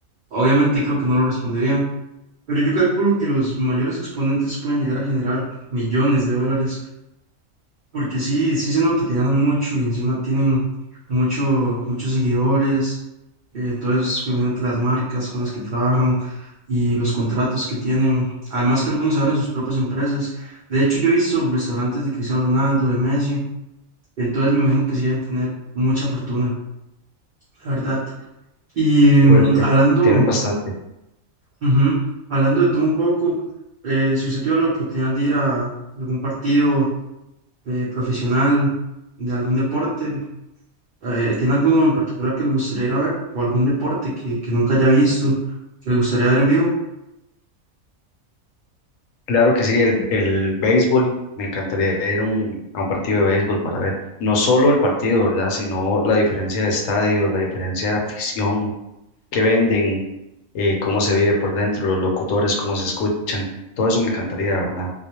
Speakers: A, on the right (about 50°); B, on the left (about 75°).
A: Obviamente creo que no lo respondería pero yo calculo que los mayores exponentes pueden llegar a generar millones de dólares, porque sí, sí se nota que ganan mucho y encima tienen mucho, muchos seguidores. eh, entonces, me imagino que las marcas con las que trabajan y los contratos que tienen, además que algunos abren sus propias empresas. De hecho, yo he visto restaurantes de Cristiano Ronaldo, de Messi entonces me imagino que sí deben tener mucha fortuna, la verdad. Y
B: Pues
A: mm,
B: sí,
A: hablando,
B: tienen bastante.
A: ujú, hablando de todo un poco, eh, si usted tuviera la oportunidad de ir a algún partido eh, profesional de algún deporte, eh, ¿tiene alguno en particular que le gustaría ir a ver? ¿O algún deporte que, que nunca haya visto, que le gustaría ver en vivo?
B: Claro que sí, el, el béisbol, me encantaría ir a un, a un partido de béisbol para ver no solo el partido, ¿verdad? Sino la diferencia de estadios, la diferencia de afición que venden, eh, cómo se vive por dentro, los locutores, cómo se escuchan, todo eso me encantaría, ¿verdad?